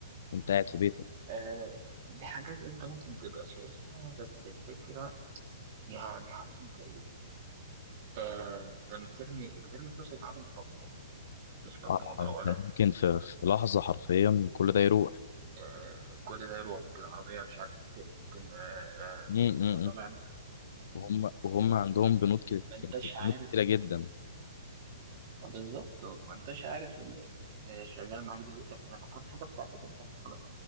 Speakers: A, on the left; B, on the right.
A: وأنت قاعد في بيتك
B: آه دي حاجات انت ممكن تبقى شايفها بس الفكره يعني عارف انت ايه آه زي ما بترمي بترمي فلوسك في حاجة مش مضمونة مش مضمونة
A: آه، أنت
B: أولا
A: ممكن
B: يعني
A: في,
B: أنت
A: في لحظة حرفيا كل ده يروح
B: آه كل ده يروح ممكن العربية مش عارف تتسرق ممكن آه آه،
A: امم
B: لا
A: امم
B: قدر الله يعني إن،
A: وهم وهم
B: آه
A: عندهم بنود كده
B: ما أنتش عارف
A: بنود كتيرة جدا
B: آه، بالظبط ما أنتش عارف ال- ال- اللي شغال معاك ده لكن لما تكون حاجة بتاعتك أنت لا خلاص